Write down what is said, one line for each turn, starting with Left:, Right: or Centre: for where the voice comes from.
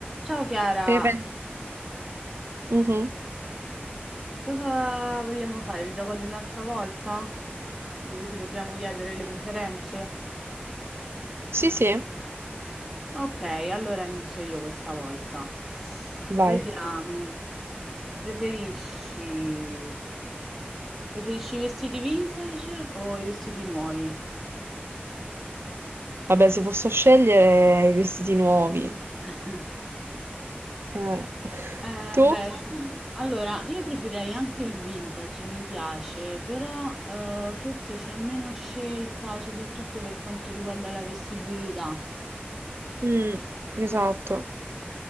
Centre: Ciao Chiara,
Right: Te ne pen- Mhm.
Centre: cosa vogliamo fare? Il gioco dell'altra volta? Dove ci dobbiamo chiedere le preferenze?
Right: Sì, sì.
Centre: Ok, allora inizio io questa volta.
Right: Va-
Centre: Vediamo. Preferisci... Preferisci i vestiti vintage o i vestiti nuovi?
Right: Vabbè, se posso scegliere i vestiti nuovi.
Centre: <laughs>
Right: Eh,
Centre: Eh,
Right: Tu?
Centre: beh, sì. Allora, io preferirei anche il vintage, mi piace, però eh, forse c'è meno scelta, soprattutto per quanto riguarda la vestibilità.
Right: Mm, esatto.